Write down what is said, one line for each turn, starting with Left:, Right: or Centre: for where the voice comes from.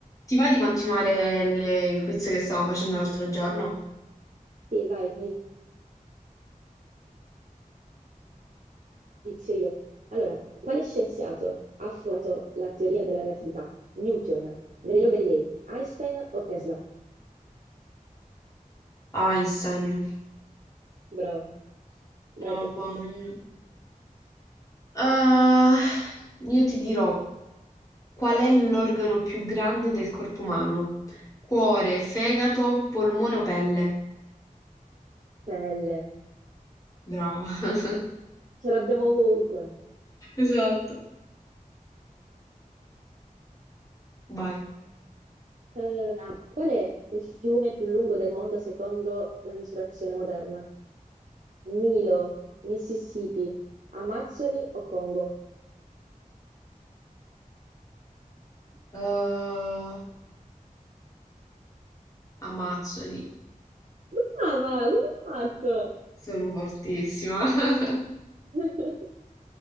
Left: Ti va di continuare le- il quiz che stavamo facendo l'altro giorno?
Right: Sì, vai, inizio io. Allora, quale scienziato ha formato la teoria della relatività? Newton, Galileo Galilei, Einstein o Tesla?
Left: Einstein.
Right: Brava, vai,
Left: Mamma
Right: tocca a te.
Left: mia. Ah, io ti dirò qual è l'organo più grande del corpo umano? Cuore, fegato, polmone o pelle?
Right: Pelle,
Left: Brava. <laughs>
Right: ce l'abbiamo ovunque.
Left: Esatto. Vai.
Right: Eh, qual è il fiume più lungo del mondo secondo la misurazione moderna? Nilo, Mississippi, Amazzoni o Congo?
Left: Ah, ammazzoli.
Right: Brava, come hai fatto?
Left: Sono fortissima. <laughs>
Right: <laughs>